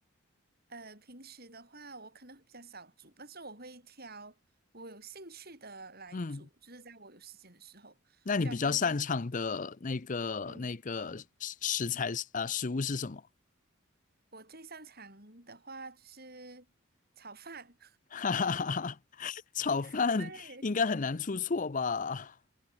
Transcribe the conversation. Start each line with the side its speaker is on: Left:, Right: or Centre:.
Right: 呃，平时的话，我可能会比较少煮，但是我会挑我有兴趣的来煮，
Left: 嗯，
Right: 就是在我有时间的时候，
Left: 那你比较擅长的那个那个食食材是啊、
Right: 就好像最，嗯，
Left: 食物是什么？
Right: 我最擅长的话就是炒饭，
Left: <laughs> 哈哈哈哈，炒饭应该很难出错吧？
Right: <laughs> 对。